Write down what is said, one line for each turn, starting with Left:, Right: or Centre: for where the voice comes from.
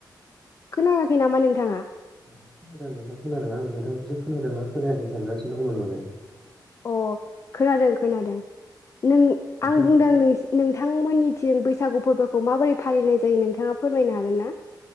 Left: खोनाङाखै नामा नोंथांङा।
Centre: खोनादों नोंथां खोनादों आं नोंथांखौसो खोनादों खोनायाखै सानांगासिनो दंमोन माने।
Left: अ खोनादों खोनादों नों आं
Centre: औ
Left: बुंदों नों नोंथांमोननिथिं बैसागु फोरबोखौ माबोरै फालिनाय जायो नोंथांङा फोरमायनो हागोन ना?